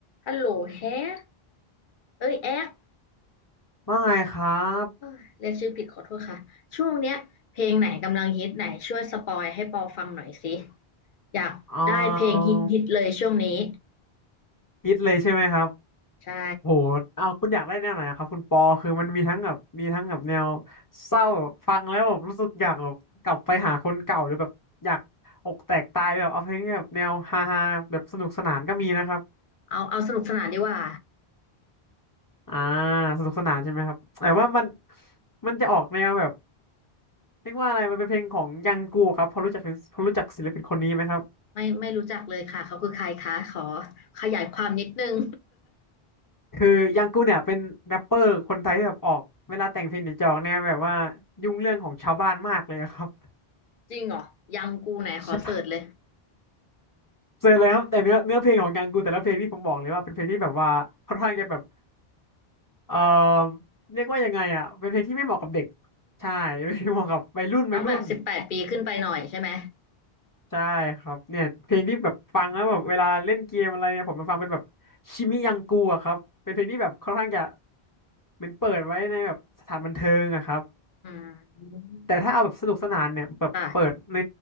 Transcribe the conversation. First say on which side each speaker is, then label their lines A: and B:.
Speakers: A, on the left; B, on the left.
A: ฮัลโหลแฮกเอ้ยแอ๊ก
B: ว่าไงครับ
A: เอ้ยเรียกชื่อผิดขอโทษค่ะ ช่วงเนี้ยเพลงไหนกำลังฮิตไหนช่วยสปอยให้ปอฟังหน่อยสิ อยากได้เพลงฮิตฮิตเลยช่วงนี้
B: อ่าคิดเลยใช่ไหมครับ
A: ใช่
B: โหเอาคุณอยากได้แนวไหนอะครับคุณปอคือมันมีทั้งแบบมีทั้งแบบแนวเศร้าแบบฟังแล้วแบบรู้สึกอยากแบบกลับไปหาคนเก่าหรือแบบอยากอกแตกตายแบบเอาเพลงที่แบบแนวฮาฮาแบบสนุกสนานก็มีนะครับ
A: เอาเอาสนุกสนานดีกว่า
B: อ่าสนุกสนานใช่ไหมครับแต่ว่ามันมันจะออกแนวแบบเรียกว่าอะไรมันเป็นเพลงของยังกูครับพอรู้จักพอรู้จักศิลปินคนนี้ไหมครับ
A: ไม่ไม่รู้จักเลยค่ะ เขาคือใครคะขอขยายความนิดนึง
B: คือยังกูเนี่ยเป็นแรปเปอร์คนไทยที่แบบออกเวลาแต่งเพลงหนียจะออกเนี่ยแบบว่ายุ่งเรื่องของชาวบ้านมากเลยอะครับ
A: <laughs> จริงเหรอ ยังกูไหนขอเสิร์ชเลย
B: <laughs> ใช่เจอเลยครับแต่เนื้อเนื้อเพลงของยังกูแต่ละเพลงที่ผมบอกเลยว่าเป็นเพลงที่แบบว่าค่อนข้างจะแบบเอ่อเรียกว่ายังไงอ่ะเป็นเพลงที่ไม่เหมาะกับเด็กใช่ไม่เพลงเหมาะกับวัยรุ่นวัยรุ่น
A: ต้องแบบสิบแปดปีขึ้นไปหน่อยใช่ไหม
B: ใช่ครับเนี่ยเพลงที่แบบฟังแล้วแบบเวลาเล่นเกมอะไรเนี่ยผมมาฟังเป็นแบบชิมิยังกูอะครับเป็นเพลงที่แบบค่อนข้างจะเป็นเปิดไว้ในแบบสถานบันเทิงอะครับ
A: อืม
B: แต่ถ้าเอาแบบสนุกสนานเนี่ยแบบเปิดใน
A: ค่ะ